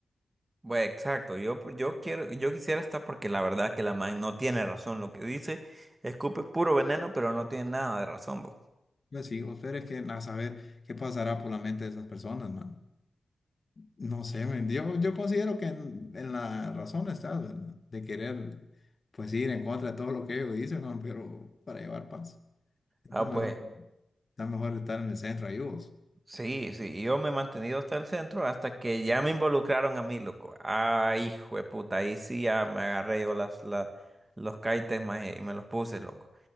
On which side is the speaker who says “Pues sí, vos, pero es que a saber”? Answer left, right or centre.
Left